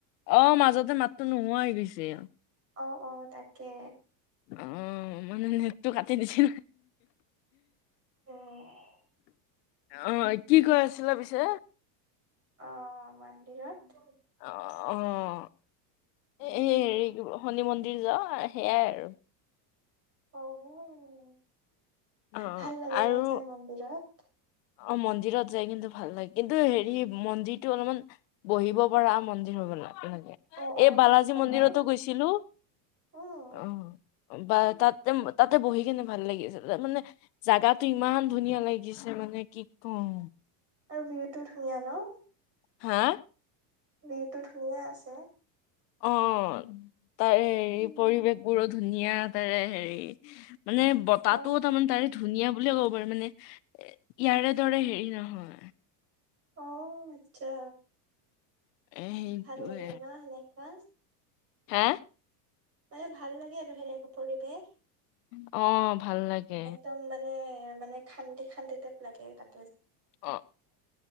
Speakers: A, on the left; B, on the right.
A: অ', মাজতে মাতটো নোহোৱা হৈ গৈছিল।
B: অ', অ' তাকে।
A: অ', মানে নেটটো কাটি দিছে
B: অ',
A: অ', কি কৈ আছিলা পিছে?
B: অ', মন্দিৰত।
A: অ', অ',
B: উম,
A: এ এই হেৰি শনি মন্দিৰ। যাও সেইয়াই আৰু।
B: অ',
A: অ
B: ভাল লাগে
A: আৰু
B: ন' যাই মন্দিৰত।
A: অ' মন্দিৰত যায় কিন্তু ভাল লাগে কিন্তু হেৰি মন্দিৰতটো অলপমান বহিব পৰা মন্দিৰ হ লাগে
B: অ', অ',
A: এই
B: সেনেকুৱা
A: বালাজী মন্দিৰতো
B: টাইপ
A: গৈছিলো
B: উম,
A: অ'। বা তাতে তাতে বহি কেনে ভাল লাগি আছে। মানে জাগাতো ইমান ধুনীয়া লাগিছে মানে কি কওঁ।
B: আৰু ভিউটো ধুনীয়া ন'।
A: হা।
B: ভিওটো ধুনীয়া আছে।
A: অ', তাৰে হেৰি
B: উম।
A: পৰিৱেশ বোৰো ধুনীয়া তাৰে হেৰি, মানে বতাহটোও
B: অ',
A: তাৰমানে তাৰে ধুনীয়া বুলিয়ে ক'ব মানে ইয়াৰে দৰে হেৰি নহয়।
B: আহ আচ্ছা।
A: এ সেইটোৱে
B: ভাল লাগে ন', সেনেকুৱা
A: হে
B: মানে ভাল লাগে আৰু সেনেকা পৰিৱেশ।
A: অ'। ভাল লাগে
B: একদম মানে মানে খান্দি খান্দি টাইপ লাগে তাক
A: অ',